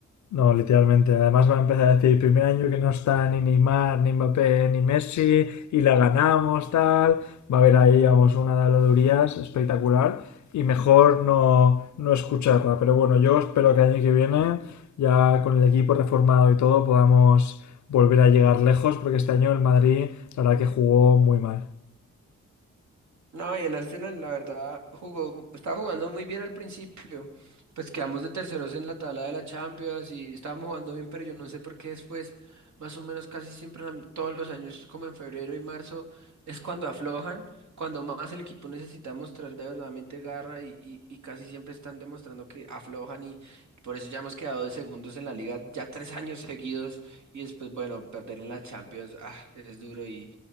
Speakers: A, on the left (about 75°); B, on the right (about 75°).
A: No, literalmente. Además va a empezar a decir, primer año que no está ni Neymar, ni Mbappé, ni Messi, y la ganamos, tal. Va a haber ahí, vamos, una de las durías espectacular. Y mejor no, no escucharla. Pero bueno, yo espero que el año que viene, ya con el equipo reformado y todo, podamos volver a llegar lejos, porque este año el Madrid, la verdad que jugó muy mal.
B: No, y el Arsenal, la verdad, jugó, estaba jugando muy bien al principio. Pues quedamos de terceros en la tabla de la Champions y estábamos jugando bien, pero yo no sé por qué después, más o menos casi siempre, en la- todos los años, como en febrero y marzo, es cuando aflojan, cuando más el equipo necesita mostrar de verdaderamente garra y, y, y casi siempre están demostrando que aflojan y por eso ya hemos quedado de segundos en la liga ya tres años seguidos y después, bueno, perder en la Champions, ah, es duro y